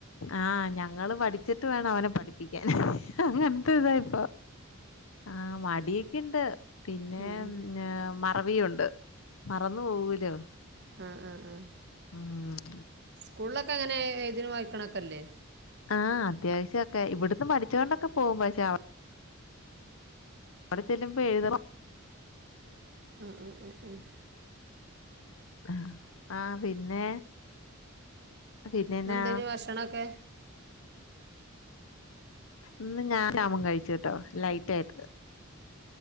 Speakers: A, on the left; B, on the right.
A: ആഹ് ഞങ്ങള് പഠിച്ചിട്ട് വേണം അവനെ പഠിപ്പിക്കാൻ അങ്ങനത്തെ ഇതാ ഇപ്പ ആ മടിയൊക്കെുണ്ട് പിന്നെ
B: ഉം
A: മറവിയുംുണ്ട് മറന്നു പോകൂലോ
B: ആ ആ ആ ആ
A: ആഹ്
B: സ്കൂളിലൊക്കെ അങ്ങനെ ഏതിനും വായിക്കണക്കെല്ലേ
A: ആഹ് അത്യാവശ്യൊക്കെ ഇവിടന്ന് പഠിച്ചുകൊണ്ടൊക്കെ പോകുമ്പ പക്ഷേ അവിടെ ചെല്ലുമ്പൊ എഴുത
B: ആഹ് ആഹ് ആഹ് ആഹ്
A: ആഹ് ആഹ് പിന്നെ പിന്നെന്നാ
B: <unintelligible> ഭാഷണക്കെ
A: ഇന്ന് ഞാൻ ശാമം കഴിച്ചുട്ടോ ലൈറ്റ് ആയിട്ട്